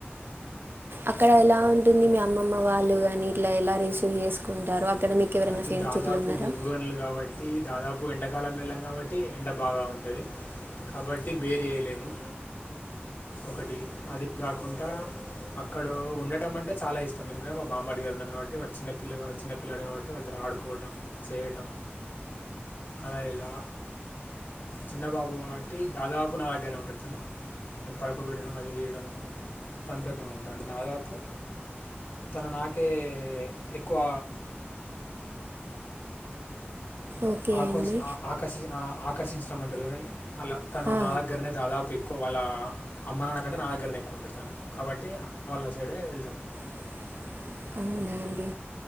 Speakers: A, on the right; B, on the left.
A: అక్కడ ఎలా ఉంటుంది మీ అమ్మమ్మ వాళ్ళుగాని ఇట్లా ఎలా రిసీవ్ చేసుకుంటారు అక్కడ మీకెవరైనా
B: అది
A: ఫ్రెండ్స్
B: దాదాపు
A: ఇట్లున్నారా?
B: బొగ్గుగనులు కాబట్టి దాదాపు ఎండకాలం వెళ్ళాం కాబట్టి ఎండ బాగా ఉంటుంది కాబట్టి బేర వేయలేము ఒకటి అది కాకుండా అక్కడ ఉండటం అంటే చాలా ఇష్టం ఎందుకంట మా బామ్మడిగారు ఉన్నారు కాబట్టి వా చిన్న పల్ల కా చిన్నపిల్లాడు కాబట్టి చ వాళ్ళత ఆడుకోవటం చేయటం అలా ఇలా చిన్నబాబు కాటి దాదాపు నా దగ్గరే ఉంటాడు తను కా పడుకోబెట్టడం అది చేయడం కాబట్టి తనతో ఉంటాంట దాదాపు తను నాకే ఎక్కువ
A: ఓకే
B: ఆర్ష
A: అండి.
B: ఆకర్షి ఆకర్షించమంటారు చూడండి అలా తను
A: ఆ!
B: నా దగ్గరనే దాదాపుక్ ఎక్కు వాళ్ళ అమ్మ నాన్నకంటే నా దగ్గరనే ఎక్కువ ఉంటాడు కాబట్టి అమ్ వాళ్ళ సైడే వెళ్తాం
A: <inaudible> అవునాండి